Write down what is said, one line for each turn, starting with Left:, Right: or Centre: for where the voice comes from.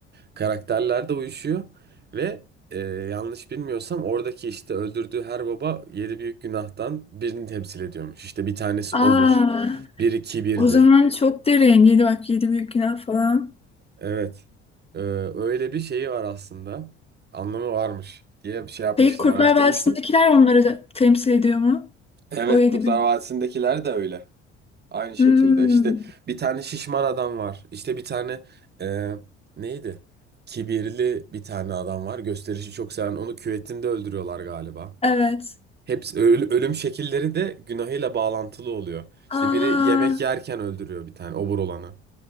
Right: Karakterler de uyuşuyor ve e, yanlış bilmiyorsam oradaki işte öldürdüğü her baba yedi büyük günahtan birini temsil ediyormuş. İşte bir tanesi
Left: Aa,
Right: obur, biri kibirli.
Left: o zaman çok derin. Yedi bak yedi büyük günah falan.
Right: Evet. Ee, öyle bir şeyi var aslında. Anlamı varmış diye bir şey yapmıştım,
Left: Peki Kurtlar
Right: araştırmıştım.
Left: Vadisi'ndekiler onları da temsil ediyor mu?
Right: Evet,
Left: O yedi
Right: Kurtlar
Left: büyük.
Right: Vadisi'ndekiler de öyle. Aynı şekilde
Left: Hmm,
Right: işte bir tane şişman adam var. İşte bir tane e, neydi? Kibirli bir tane adam var. Gösterişi çok seven. Onu küvetinde öldürüyorlar galiba.
Left: evet.
Right: Hepsi öl- ölüm şekilleri de günahıyla bağlantılı oluyor. İşte
Left: Aa,
Right: biri yemek yerken öldürüyor bir tane obur olanı